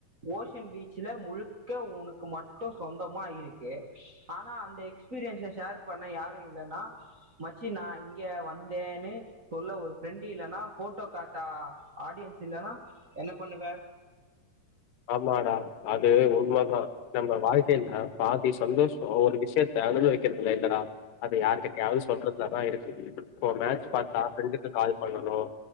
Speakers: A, on the right; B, on the left.
A: ஓஷ் சன் பீச்ல முழுக்க உனக்கு மட்டூ சொந்தமா இருக்கு ஆனா அந்த எக்ஸ்பீரியன்ஸை ஷேர் பண்ண யாரும் இல்லன்னா மச்சி நான் இங்க வந்தேன்னு சொல்ல ஒரு ஃப்ரெண்ட் இல்லன்னா போட்டோ காட்ட ஆடியன்ஸ் இல்லன்னா என்ன பண்ணுவே
B: ஆமாடா அது உண்ம தான் நம்ம வாழ்க்கையில பாதி சந்தோஷம் ஒரு விஷயத் <unintelligible> வைக்கிறதுல இல்லடா அது யாரு கிட்டயாது சொல்ல நதான் இருக்கு இருக்கு இப்ப மேட்ச் பார்த்தா ஃப்ரெண்டுக்கு கால் பண்ணணும்